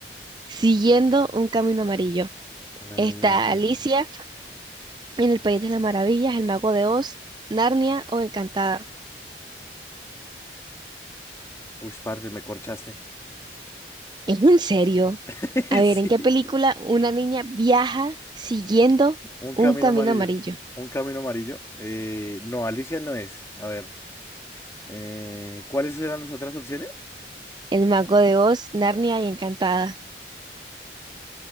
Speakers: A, on the right; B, on the left.
A: siguiendo un camino amarillo.
B: una
A: Está
B: niña vieja.
A: Alicia en El País de las Maravillas, El Mago de Oz, Narnia o Encantada.
B: Uy, parce, me corchaste.
A: ¿Es en serio?
B: <laughs>
A: A ver,
B: Sí.
A: ¿en qué película una niña viaja siguiendo
B: Un
A: un
B: camino
A: camino
B: amarillo.
A: amarillo?
B: Un camino amarillo. Eh, no, Alicia no es. A ver, eh, ¿cuáles eran las otras opciones?
A: El Mago de Oz, Narnia y Encantada.